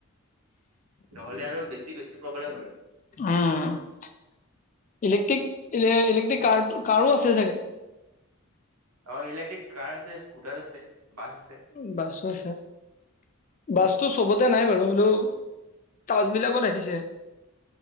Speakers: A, on the right (about 90°); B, on the left (about 35°).
A: নহ'লে আৰু বেছি বেছি প্ৰব্লেম হ'লহৈ।
B: উম, ইলেক্ট্ৰিক ইলে ইলেক্ট্ৰিক কাৰ কাৰো আছে চাগে।
A: অ' ইলেক্ট্ৰিক কাৰ আছে স্কুটাৰ আছে বাছ আছে।
B: উ বাছো আছে। বাছটো চবতে নাই বাৰু হলেও তাছ বিলাকত আহিছে।